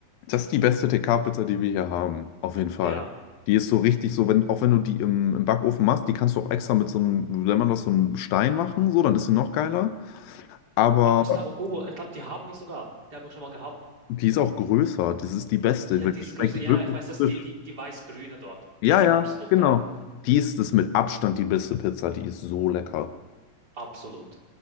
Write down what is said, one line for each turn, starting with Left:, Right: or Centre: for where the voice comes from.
Left: das ist die beste TK-Pizza, die wir hier haben, auf jeden Fall.
Right: Ja.
Left: Die ist so richtig so, wenn, auch wenn du die im, im Backofen machst, die kannst du auch extra mit so einem, wenn man das so einem Stein machen, so, dann ist sie noch geiler. Aber
Right: Ach, Gustavo Gobo, ich glaube, die haben wir sogar. Die habe ich schon mal gehabt.
Left: die ist auch größer. Das ist die beste,
Right: Ja,
Left: weil
Right: die ist
Left: die schmeckt
Right: größer. Ja,
Left: wirklich
Right: ja, ich weiß, dass
Left: frisch.
Right: die, die, die weiß-grüne dort,
Left: Ja,
Right: die ist
Left: ja,
Right: absolut
Left: genau.
Right: geil.
Left: Die ist das mit Abstand die beste Pizza. Die ist so lecker.
Right: Absolut.